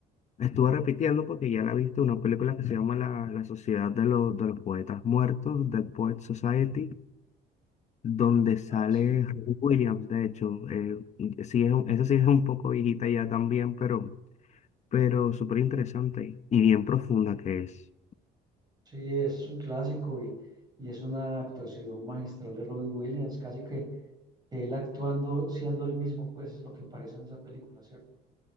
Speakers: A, on the left; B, on the right.
A: La estuve repitiendo porque ya la viste, una película que se llama La, La Sociedad de los, de los Poetas Muertos, Dead Poets Society, donde sale
B: Ah, sí.
A: Robin Williams, de hecho. Eh, y sí es, un- esa sí es un poco viejita ya también, pero, pero súper interesante y bien profunda que es.
B: Sí, es un clásico y, y es una actuación magistral de Robbie Williams, casi que él actuando siendo el mismo, pues es lo que parece en esa película, ¿cierto?